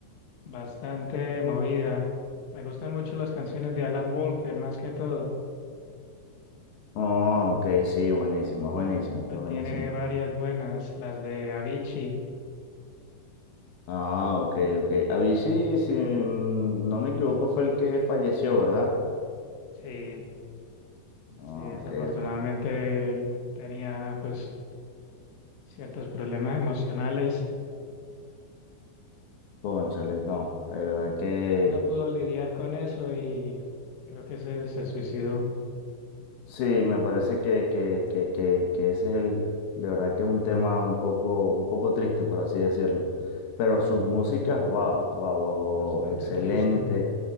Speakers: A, on the left; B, on the left.
A: bastante movida. Me gustan mucho las canciones de Alan Walker, más que todo.
B: Oh, ok, sí, buenísimo, es buenísimo,
A: Él
B: es buenísimo.
A: tiene varias buenas, las de Avicii.
B: Ah, ok, ok. Avicii, si no me equivoco, fue el que falleció, ¿verdad?
A: Sí.
B: Ah,
A: Sí, desafortunadamente
B: ok, ok.
A: él tenía pues ciertos problemas emocionales,
B: Cónchales, no. De verdad que
A: no pudo lidiar con eso y creo que se, se suicidó,
B: Sí, me parece que, que, que, que, que ese es el, de verdad que es un tema un poco, un poco triste, por así decirlo. Pero sus músicas, wow, wow, wow, wow,
A: bastante
B: wow, excelente,
A: triste.